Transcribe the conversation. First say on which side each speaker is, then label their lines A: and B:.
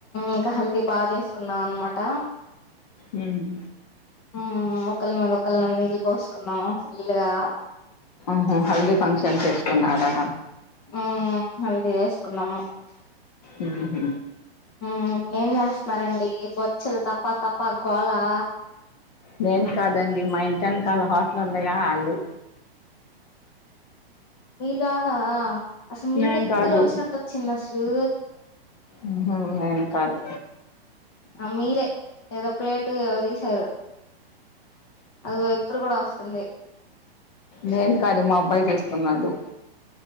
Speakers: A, on the left; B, on the left.
A: ఇంకా హల్దీ బా జేస్కున్నాం అన్మాట
B: ఉమ్మ్
A: ఉమ్ ఒకల్ మీద ఒకల్ నీళ్లు పోస్కున్నాం ఫుల్లుగా
B: అహ్ హల్దీ ఫంక్షన్ చేస్తున్నారా
A: ఊ హల్దీ ఎస్కున్నాము
B: ఊ హ్
A: ఊ ఏం జేస్తున్నారండి బొచ్చల్ తప్ప తప్ప గోలా
B: నేన్ కాదండి మా ఇంటేన్ కాళ్ళ హోటల్ ఉందిగా ఆళ్ళు
A: మీరు గాదా అసల్ మీ
B: నేను
A: దగ్గర
B: కాదు
A: ఒచ్చినట్ ఒచ్చిందసలు
B: ఉహ్ నేను కాదు
A: అ మీరే ఏదో ప్లేట్ ఒదిగిశారు అగో ఇప్పుడు గూడా ఒస్తుంది
B: నేను కాదు మా అబ్బాయి తీస్తున్నాడు